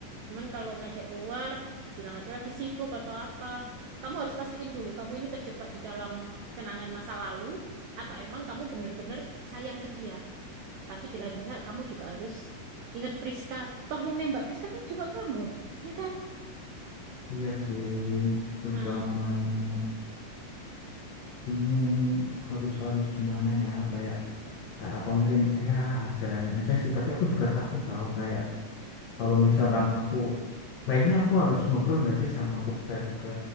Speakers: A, on the right; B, on the left.
A: cuman kalau ngajak keluar bilang aja lagi sibuk atau apa kamu harus pastiin dulu kamu ini terjebak di dalam kenangan masa lalu atau emang kamu bener-bener sayang ke dia tapi di lain pihak kamu juga harus ingat Priska. Toh yang nembak Priska kan juga kamu, ya kan?
B: Iya sih, berbangun
A: Nah,
B: bingung harus harus gimana ya kayak eh, apa mungkin ya jalanin aja sih. Tapi aku juga takut tahu kayak kalau misalkan aku baiknya aku harus ngobrol nggak sih sama Puspa juga.